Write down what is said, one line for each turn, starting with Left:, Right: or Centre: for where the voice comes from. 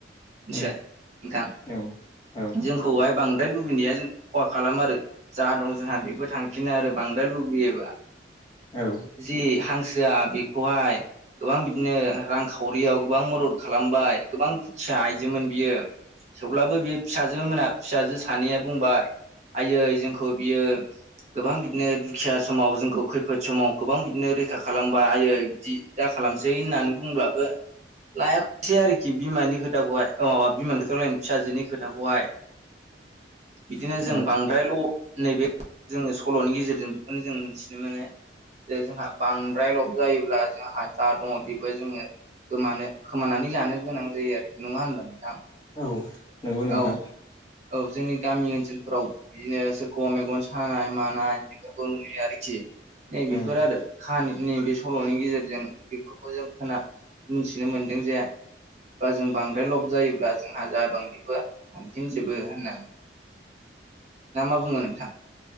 Right: मिथिबाय
Left: उम
Right: नोंथां
Left: औ औ
Right: जोंखौहाय बांद्राय लुबैनाया जों खहा खालाम आरो जा दं जोंहा बेबो थांफिनो आरो बांद्राय लुबैयोबा
Left: औ
Right: जि हांसोआ बेखौहाय गोबां बिदिनो रां खावरियाव गोबां मदद खालामबाय गोबां दुखिया आइजोमोन बियो थेवब्लाबो बियो फिसाजो मोना फिसाजो सानैया बुंबाय आयै जोंखौ बियो गोबां बिदिनो दुखिया समाव जोंखौ खैफोद समाव गोबां बिदिनो रैखा खालामबा आयो बिदि दा खालामसै होननानै बुंब्लाबो लायाखिसै आरोखि बिमानि खो थाखौहाय औ माबा बिमा खोथा अ फिसाजो खोथाखौहाय बिदिनो
Left: उम
Right: जों बांद्राय ल' नैबे जोङो सल'नि गेजेरजों बेखौनो जों मोनथिनो मोनो जे जोंहा बांद्राय ल'ब जायोब्ला जोंहा जा दङ बेबो जोङो गोमानो खोमानानै लानो गोनां जायो आरोखि नङा होनबा नोंथां
Left: औ नंगौ नोंथां
Right: औ औ जोंनि गामि ओनसोलफोराव बिदिनो सोर खौबा मेगन सानाय मानाय बेफोरखौ नुयो आरोखि नैबे बेेफोर
Left: उम
Right: आरो ख नैबे सल'नि गेजेरजों बेफोरखौ जों खोना मिथिनो मोनदों जे बा जों बांद्राय लब जायोब्ला जोंहा जा दं बेबो थांफिनजोबो होनना ना मा बुङो नोंथां